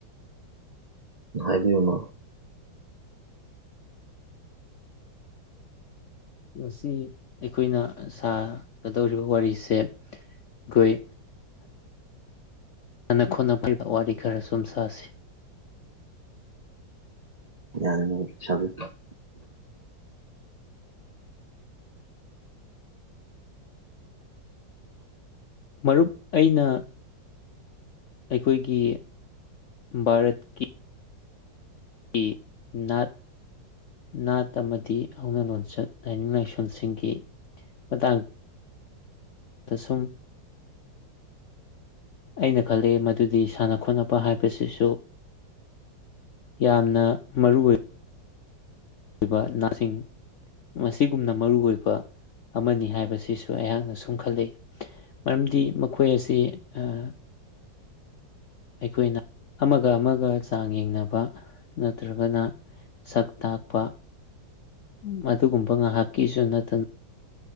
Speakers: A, on the right; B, on the left.
A: ꯍꯥꯏꯕꯤꯌꯣ ꯃꯔꯨꯞ꯫
B: ꯉꯁꯤ ꯑꯩꯈꯣꯏꯅ ꯁꯥꯒꯗꯧꯔꯤꯕ ꯋꯥꯔꯤꯁꯦ ꯑꯩꯈꯣꯏ ꯁꯥꯟꯅ ꯈꯣꯠꯅ ꯕꯒꯤ ꯋꯥꯔꯤ ꯈꯔ ꯁꯨꯝ ꯁꯥꯁꯤ
A: ꯌꯥꯅꯤ ꯁꯪ <unintelligible>
B: ꯃꯔꯨꯞ ꯑꯩꯅ ꯑꯩꯈꯣꯏꯒꯤ ꯚꯥꯔꯠꯀꯤ ꯀꯤ ꯅꯥꯠ ꯅꯥꯠ ꯑꯃꯗꯤ ꯍꯧꯅ ꯂꯣꯟꯆꯠ ꯂꯥꯏꯅꯤꯡ ꯂꯥꯏꯁꯣꯟꯁꯤꯡꯒꯤ ꯃꯇꯥꯡ ꯗ ꯁꯨꯝ ꯑꯩꯅ ꯈꯜꯂꯤ ꯃꯗꯨꯗꯤ ꯁꯥꯟꯅ ꯈꯣꯠꯅꯕ ꯍꯥꯏꯕꯁꯤꯁꯨ ꯌꯥꯝꯅ ꯃꯔꯨ ꯑꯣꯏ ꯑꯣꯏꯕ ꯅꯅꯥꯁꯤꯡ ꯃꯁꯤꯒꯨꯝꯅ ꯃꯔꯨ ꯑꯣꯏꯕ ꯑꯃꯅꯤ ꯍꯥꯏꯕꯁꯤꯁꯨ ꯑꯩꯍꯥꯛꯅ ꯁꯨꯝ ꯈꯜꯂꯤ ꯃꯔꯝꯗꯤ ꯃꯈꯣꯏ ꯑꯁꯤ ꯑꯥ ꯑꯩꯈꯣꯏꯅ ꯑꯃꯒ ꯑꯃꯒ ꯆꯥꯡ ꯌꯦꯡꯅꯕ ꯅꯠꯇ꯭ꯔꯒꯅ ꯁꯛ ꯇꯥꯛꯄ ꯃꯗꯨꯒꯨꯝꯕ ꯉꯥꯏꯍꯥꯛꯀꯤꯁꯨ ꯅꯠꯇꯅ